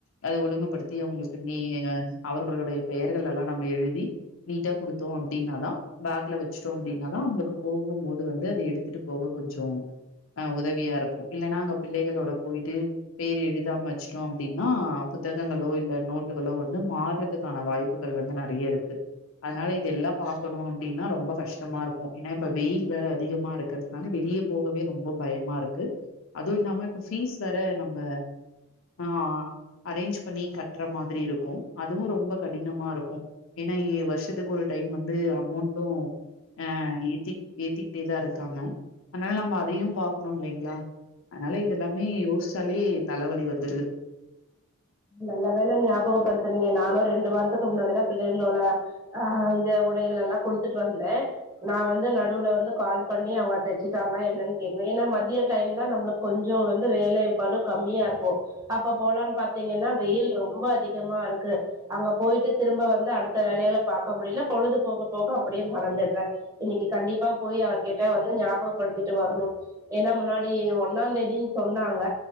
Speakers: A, on the left (about 65°); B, on the right (about 15°).
A: அத ஒழுங்குபடுத்தி அவங்களுக்கு நீ அவர்களுடைய பெயர்கள எல்லா நம்ம எழுதி நீட்டா குடுத்தோ அப்டின்னாதா பேக்ல வச்சுட்டோ அப்டின்னாதா உங்களுக்கு போகும் போது வந்து அத எடுத்துட்டு போக கொஞ்சோ ஆ உதவியா இருக்கு இல்லன்னா அங்க பிள்ளைகளோட போயிட்டு பேர் எழுதாம வச்சுட்டோ அப்டின்னா புத்தகங்களோ இல்ல நோட்டுகளோ வந்து மார்றதுக்கான வாய்ப் புகள் வந்து நறைய இருக்கு அதுனால இது எல்லா பாக்கணு அப்டின்னா ரொம்ப கஷ்டமா இருக்கு ஏன்னா இப்ப வெயில் வேற அதிகமா இருக்கு க்கறதனால வெளியே போகவே ரொம்ப பயமா இருக்கு அதுவும் இல்லாம இப்ப ஃபீஸ் வேற நம்ம ஆ அரேஞ்ச் பண்ணி கட்டுற மாதிரி இருக்கு அதுவு ரொம்ப கடினமா இருக்கு ஏன்னா வருஷத்துக்கு ஒரு டைம் வந்து அமௌண்ட்டு ஆ ஏத்திக் ஏத்திக்கிட்டே தா இருக்காங்க அதனால நம்ம அதையும் பாக்கணு இல்லைங்களா அதுனால இதெல்லாமே யோசிச்சாலே தலவலி வந்துருது
B: நல்ல வேலை ஞாபகப்படுத்துனீங்க நானு ரெண்டு வாரத்துக்கு முன்னாடிதா பிள்ளைகளோள ஆ இத உடைகள் எல்லா குடுத்துட்டு வந்தே நா வந்து நடுல வந்து கால் பண்ணி அவுங்க தச்சுட்டாங்களா என்னன்னு கேக்கனு ஏன்னா மதிய டைம் தா நம்மளுக் கொஞ்சோ வந்து வேலைபழு கம்மியா இருக்கும் அப்ப போலான்னு பாத்தா த்தீங்கன்னா வெயில் ரொம்ப அதிகமாருக்கு அங்க போயிட்டு திரும்ப வந்து அடுத்த வேலைகள பாக்க முடியல பொழுது போக போக அப்படியே மறந்துட்றே இன்னைக்கு கண்டிப்பா போய் அவர்கிட்ட வந்து ஞாபகப்படுத்திட்டு வரணும் ஏன்னா முன்னாடி ஒன்னாந் தேதின்னு சொன்னாங்க